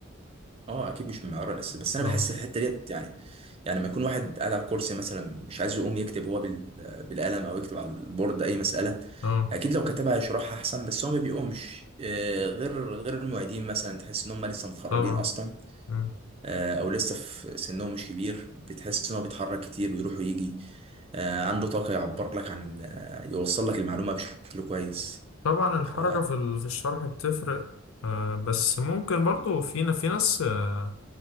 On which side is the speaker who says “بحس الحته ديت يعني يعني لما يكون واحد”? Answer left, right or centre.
Right